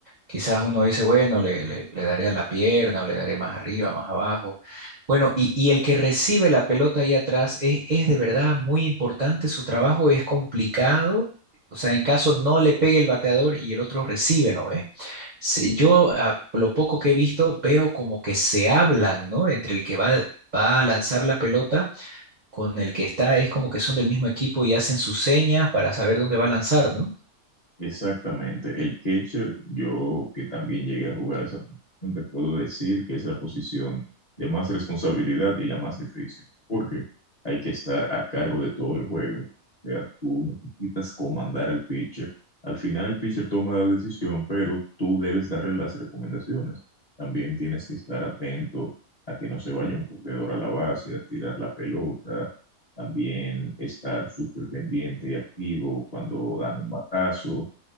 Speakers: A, on the right (about 50°); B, on the left (about 40°).
A: quizás uno dice, bueno, le, le, le daré a la pierna o le daré más arriba, más abajo. Bueno, y, y el que recibe la pelota ahí atrás es, es de verdad muy importante, su trabajo es complicado, o sea, en caso no le pegue el bateador y el otro recibe, ¿no ve? Si yo, a lo poco que he visto, veo como que se hablan, ¿no? Entre el que va, va a lanzar la pelota con el que está es como que son del mismo equipo y hacen sus señas para saber dónde va a lanzar, ¿no?
B: Exactamente. El catcher, yo que también llegué a jugar esa posición, te puedo decir que es la posición de más responsabilidad y la más difícil, porque hay que estar a cargo de todo el juego. O sea, tú necesitas comandar al pitcher. Al final el pitcher toma la decisión, pero tú debes darle las recomendaciones. También tienes que estar atento a que no se vaya un jugador a la base, a tirar la pelota. También estar súper pendiente y activo cuando dan un batazo